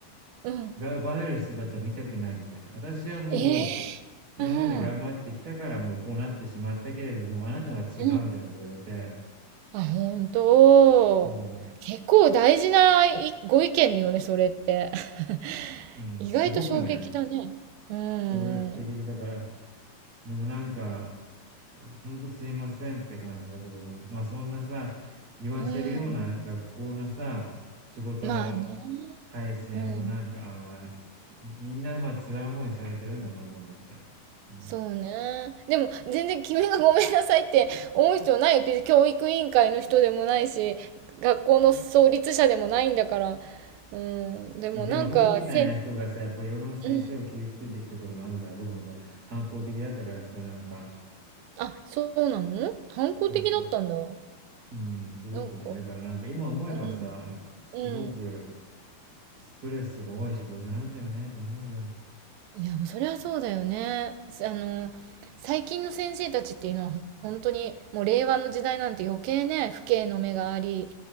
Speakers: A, on the right; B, on the right.
A: うん。
B: が奪われる姿を見たくないみたいな。私はもう、
A: ええーうん。
B: 今まで頑張ってきたからもうこうなってしまったけれども、あなたは違うみたいなこと言われて、
A: うん。あ、本当。
B: も
A: 結構大事ないご意見よね、それって。<laughs>
B: う、うん、
A: 意外と衝撃だね。
B: すごくね、
A: うん。
B: 衝撃的で、だから、でもなんか、ほんとすいませんって感じだった僕も。まあそんなさ、言わせるような学校のさ、
A: うん。
B: 仕事の
A: まあね。
B: 体制もなんか、
A: うん。
B: ああ、みんなまあ辛い思いされてるんだなと思って。うん。
A: そうね。でも、全然君がごめんなさいって思う必要ないよ。別に教育委員会の人でもないし、学校の創立者でもないんだから。うん。でもなんか、
B: いやでも僕みたいな人がさ、
A: せん、
B: やっぱいろいろ先生を傷つけてきたこともあるから、
A: うん。
B: 僕もやっぱ反抗的だったからさ、なんか
A: あ、そうなの反抗的だったんだ。
B: そうそう。うん、すごくね、
A: なんか、
B: だからなんか今思えばさ、
A: うん。
B: やっぱすごく
A: うん。
B: ストレスが多い仕事なんだよねと思うよ。
A: いや、もうそりゃそうだよね。すあの、最近の先生たちっていうのは本当にもう令和の時代なんて余計ね、父兄の目があり、